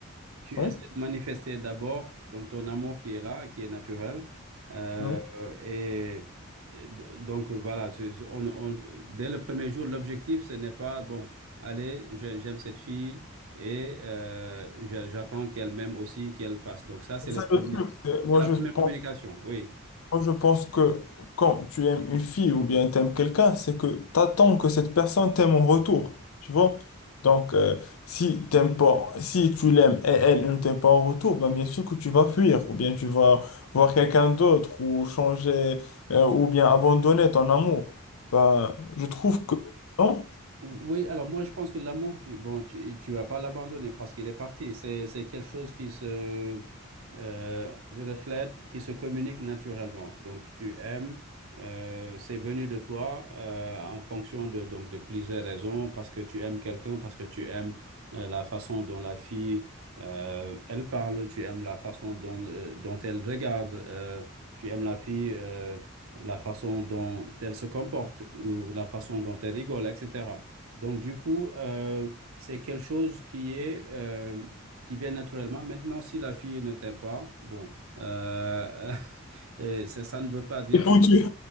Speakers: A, on the right; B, on the left.
A: Tu
B: Oui,
A: essaies de manifester d'abord donc ton amour qui est là, qui est naturel. Euh,
B: oui.
A: et et do- donc euh, voilà, je- je- on- on- dès le premier jour, l'objectif, ce n'est pas, bon, allez, j'ai- j'aime cette fille et euh, j'a- j'attends qu'elle m'aime aussi, qu'elle fasse. Donc ça, c'est
B: C'est
A: le
B: ça
A: premier,
B: le truc. c'est- Moi,
A: c'est la
B: je
A: première
B: pense
A: communication, oui.
B: Moi, je pense que quand tu aimes une fille ou bien t'aimes quelqu'un, c'est que t'attends que cette personne t'aime en retour, tu vois? Donc, euh, si t'aimes pas, si tu l'aimes et elle ne t'aime pas en retour, ben bien sûr que tu vas fuir, ou bien tu vas voir quelqu'un d'autre, ou changer, euh, ou bien abandonner ton amour. Ben, je trouve que non,
A: Oui, alors moi je pense que l'amour, tu, bon, tu, tu vas pas l'abandonner parce qu'il est parti. C'est, c'est quelque chose qui se euh, reflète, qui se communique naturellement. Donc tu aimes, euh, c'est venu de toi euh, en fonction de, donc, de plusieurs raisons, parce que tu aimes quelqu'un, parce que tu aimes euh, la façon dont la fille, euh, elle parle, tu aimes la façon dont, euh, dont elle regarde, euh, tu aimes la fille. euh, la façon dont elle se comporte ou la façon dont elle rigole, etc. Donc, du coup, euh, c'est quelque chose qui est, euh, qui vient naturellement. Maintenant, si la fille ne t'aime pas, bon, euh, <laughs> et ça, ça ne veut pas dire
B: c'est foutu.